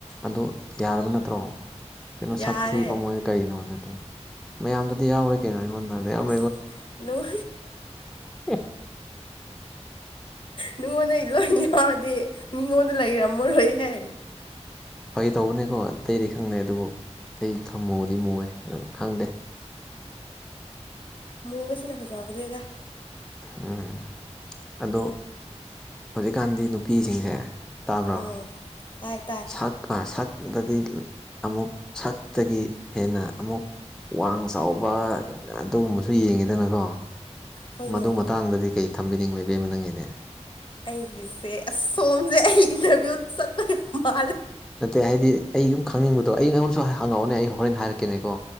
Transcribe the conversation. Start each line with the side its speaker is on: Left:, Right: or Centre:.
Centre: ꯑꯗꯣ ꯌꯥꯔꯕ ꯅꯠꯇ꯭ꯔꯣ꯫ ꯀꯩꯅꯣ
Left: ꯌꯥꯔꯦ
Centre: ꯁꯛꯊꯤꯕ ꯃꯣꯏꯅ ꯀꯔꯤꯅꯣ ꯑꯗꯨꯗꯤ ꯃꯌꯥꯝꯗꯗꯤ ꯌꯥꯎꯔꯣꯏ ꯀꯩꯅꯣ ꯑꯩꯉꯣꯟꯗ ꯃꯌꯥꯝ
Left: ꯑꯁ ꯅꯪ
Centre: <unintelligible>
Left: ꯅꯉꯣꯟꯗꯩꯩ ꯂꯣꯏ ꯌꯥꯎꯔꯗꯤ ꯃꯤꯉꯣꯟꯗ ꯂꯩꯔꯝꯃꯔꯣꯏꯍꯦ
Centre: ꯐꯥꯒꯤ ꯇꯧꯕꯅꯦꯀꯣ ꯑꯇꯩꯗꯤ ꯈꯪꯗꯦ ꯑꯗꯨꯕꯨ ꯑꯩ ꯈꯔ ꯃꯨꯗꯤ ꯃꯨꯌꯦ ꯑꯗ ꯈꯪꯗꯦ
Left: ꯃꯨꯕꯁꯤꯅ ꯐꯖꯕꯅꯦꯗ
Centre: ꯎꯝ ꯑꯗꯣ ꯍꯧꯖꯤꯛꯀꯥꯟꯗꯤ ꯅꯨꯄꯤꯁꯤꯡꯁꯦ ꯇꯥꯕ꯭ꯔꯥ
Left: ꯎꯝ ꯇꯥꯏ ꯇꯥꯏ
Centre: ꯁꯛ ꯑꯥ ꯁꯛꯇꯗꯤ ꯑꯃꯨꯛ ꯁꯠꯇꯒꯤ ꯍꯦꯟꯅ ꯑꯃꯨꯛ ꯋꯥꯡ ꯆꯥꯎꯕ ꯑꯗꯨꯒꯨꯝꯕꯁꯨ ꯌꯦꯡꯉꯤꯗꯅꯒꯣ
Left: ꯍꯣꯏꯅꯦ
Centre: ꯃꯗꯨ ꯃꯇꯥꯡꯗꯗꯤ ꯀꯩ ꯊꯝꯕꯤꯅꯤꯡꯕ ꯏꯕꯦꯝꯃ ꯅꯪꯒꯤꯗꯤ
Left: ꯑꯩꯒꯤꯁꯦ ꯑꯁ ꯁꯣꯝꯖꯦ ꯑꯩ ꯏꯟꯇꯔꯚꯤꯌꯨ ꯆꯠꯄ ꯌꯥꯝ ꯃꯥꯜꯂꯦ
Centre: ꯅꯠꯇꯦ ꯍꯥꯏꯗꯤ ꯑꯩ ꯁꯨꯝ ꯈꯪꯅꯤꯡꯕꯗꯣ ꯑꯩ ꯑꯩꯉꯣꯟꯗꯁꯨ ꯍꯪꯉꯛꯑꯣꯅꯦ ꯑꯩ ꯍꯣꯔꯦꯟ ꯍꯥꯏꯔꯛꯀꯦꯅꯦꯀꯣ